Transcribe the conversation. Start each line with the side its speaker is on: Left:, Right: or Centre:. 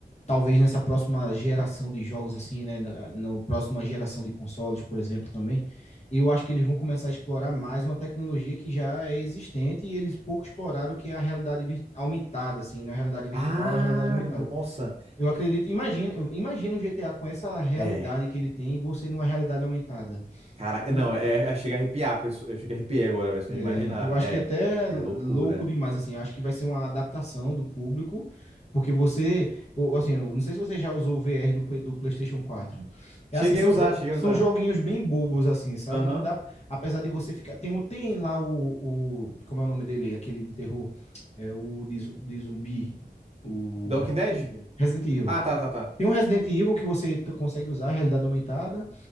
Left: talvez nessa próxima geração de jogos, assim, né? Na, na próxima geração de consoles, por exemplo, também, eu acho que eles vão começar a explorar mais uma tecnologia que já é existente e eles pouco exploraram o que é a realidade aumentada, assim, na né? a realidade virtual
Right: Ah,
Left: e a realidade aumentada.
Right: nossa.
Left: Eu acredito, imagina, imagina o GTA com essa realidade
Right: É.
Left: que ele tem e você numa realidade aumentada.
Right: Cara,
Left: Sabe?
Right: é, não, é, é, chega a arrepiar, pessoa- eu cheguei a arrepiar agora, velho, só
Left: É,
Right: de imaginar.
Left: eu acho
Right: É,
Left: que é até
Right: é
Left: louco
Right: loucura.
Left: demais, assim, eu acho que vai ser uma adaptação do público, porque você, ou, assim, eu não sei se você já usou o VR do, Play- do PlayStation 4. É
Right: Cheguei
Left: assim, são,
Right: a usar,
Left: jo-
Right: cheguei
Left: são
Right: a usar.
Left: joguinhos bem bobos, assim, sabe?
Right: Aham.
Left: Não dá, apesar de você ficar, tem, o- tem lá o, o, como é o nome dele, aquele de terror, é o de, zu- de zumbi, o
Right: Walking
Left: Resident
Right: Dead?
Left: Evil. Resident Evil.
Right: Ah, tá, tá, tá.
Left: Tem um Resident Evil que você t- consegue usar a realidade aumentada,